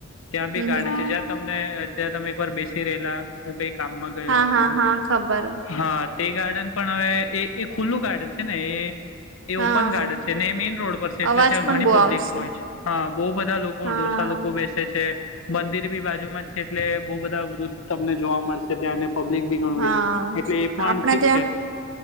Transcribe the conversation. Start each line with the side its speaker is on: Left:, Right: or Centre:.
Left: ત્યાં
Right: હમ
Left: બી ગાડી
Right: હમ
Left: છે જ્યાં તમને અત્યારે તમે એક વાર બેસી રહેલા હું કઈક કામમાં ગયો
Right: હા
Left: હતો
Right: હા હા ખબર
Left: હા તે ગાર્ડન પણ હવે એ ખુલ્લું ગાર્ડન છે ને એ
Right: હા
Left: ઓપન ગાર્ડન
Right: હા
Left: છે. જેને મેઈન રોડ પર છે એટલે
Right: અવાજ
Left: ત્યાં
Right: પણ
Left: ઘણી
Right: બહુ
Left: પબ્લિક
Right: આવશે
Left: હોય છે. હા બહુ બધા લોકો
Right: હા
Left: ડોસા લોકો બેસે છે. મંદિર બી બાજુ માં જ છે એટલે બહુ બધા વૃદ્ધ તમને જોવા મળશે ત્યાં ને પબ્લિક બી ઘણુ હોય
Right: હા
Left: એટલે એ પણ
Right: આપણા
Left: ઠીક
Right: ત્યાં
Left: છે.